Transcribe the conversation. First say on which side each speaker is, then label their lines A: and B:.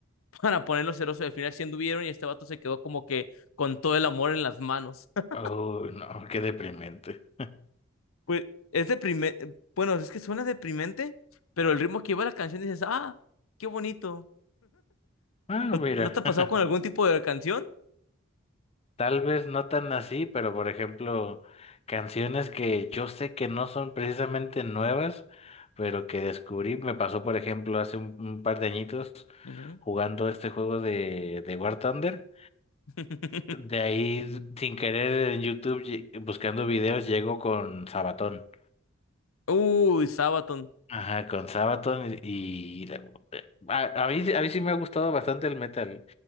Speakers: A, on the left; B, on the left.
A: <laughs> para ponerlo celoso. Y al final sí anduvieron y este vato se quedó como que con todo el amor en las manos. <laughs>
B: Oh, no, qué deprimente. <laughs>
A: Pues es deprimente, bueno, es que suena deprimente, pero el ritmo que iba la canción dices, ah, qué bonito.
B: Ah,
A: ¿No,
B: mira.
A: no te ha pasado
B: <laughs>
A: con algún tipo de canción?
B: Tal vez no tan así, pero por ejemplo, canciones que yo sé que no son precisamente nuevas, pero que descubrí, me pasó por ejemplo hace un, un par de añitos
A: Ujú.
B: jugando este juego de, de War Thunder.
A: <laughs>
B: De ahí, sin querer, en YouTube, lle- buscando videos, llego con Sabatón.
A: Uy, Sabaton.
B: Ajá, con Sabaton y y la- a, a mí, sí- a mí sí me ha gustado bastante el metal.